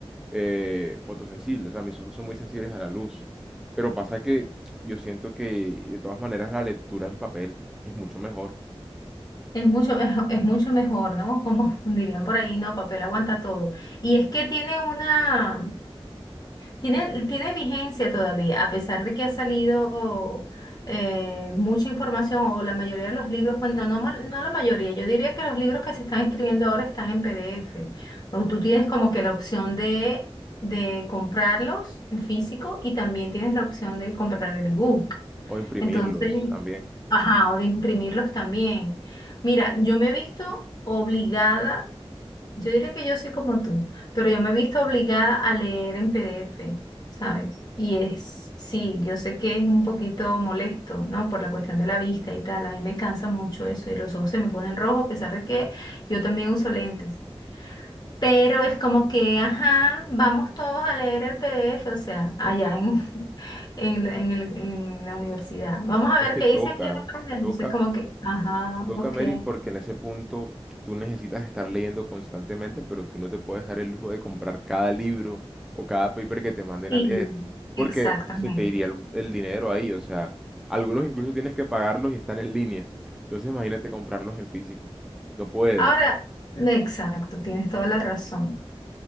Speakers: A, in the centre; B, on the left (about 40°).
A: eh, fotosensible, o sea, mis ojos son muy sensibles a la luz. Pero pasa que yo siento que de todas maneras la lectura en papel es mucho mejor.
B: Es mucho, es, es mucho mejor, ¿no? Como <laughs> dirían por ahí, no, papel aguanta todo. Y es que tiene una, Tiene, tiene vigencia todavía, a pesar de que ha salido eh, mucha información o la mayoría de los libros, bueno, no, mal- no la mayoría, yo diría que los libros que se están escribiendo ahora están en PDF, o tú tienes como que la opción de, de comprarlos en físico y también tienes la opción de comprar el ebook.
A: O imprimirlos
B: Entonces,
A: también.
B: ajá, o de imprimirlos también. Mira, yo me he visto obligada yo diría que yo soy como tú, pero yo me he visto obligada a leer en PDF, ¿sabes? Y es, sí, yo sé que es un poquito molesto, ¿no? Por la cuestión de la vista y tal. A mí me cansa mucho eso y los ojos se me ponen rojos a pesar de que yo también uso lentes. Pero es como que, ajá, vamos todos a leer el PDF, o sea, allá en, <laughs> en, la- en el- en la universidad. Vamos a ver
A: Es que
B: qué
A: toca,
B: dice aquí en la página.
A: toca,
B: Dice como que, ajá,
A: toca,
B: ok.
A: Mary, porque en ese punto tú necesitas estar leyendo constantemente, pero tú no te puedes dar el lujo de comprar cada libro o cada paper que te manden
B: Sí,
A: a leer, porque
B: exactamente.
A: se te iría el, el dinero ahí, o sea, algunos incluso tienes que pagarlos y están en línea. Entonces imagínate comprarlos en físico. No puedes.
B: Ahora, exacto, tienes toda la razón.